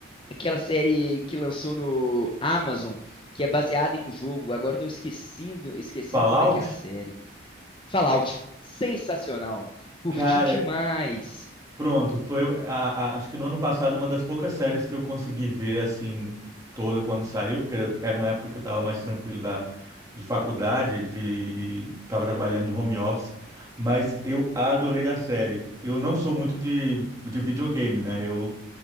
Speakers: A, on the left; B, on the right.
A: aquela série que lançou no Amazon, que é baseada em um jogo. Agora eu tô esquecendo, esquecendo
B: Fallout,
A: como é que é a série. Fallout. Sensacional. Curti
B: cara,
A: demais.
B: Pronto, foi a, a- acho que no ano passado uma das poucas séries que eu consegui ver assim toda quando saiu, porque era uma época que eu estava mais tranquilo da de faculdade, de estava trabalhando de home office, mas eu adorei a série. Eu não sou muito de, de videogame, né? Eu